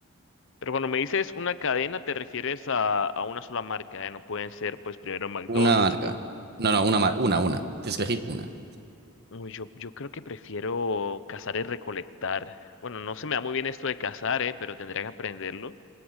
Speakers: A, on the left (about 65°); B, on the right (about 50°).
A: Pero cuando me dices una cadena, te refieres a, a una sola marca, ¿eh? No pueden ser, pues, primero McDonald's
B: Una marca.
A: y luego...
B: No, no, una, mar- una, una. Tienes que elegir una.
A: Uy, yo, yo creo que prefiero cazar y recolectar. Bueno, no se me da muy bien esto de cazar, eh, pero tendría que aprenderlo.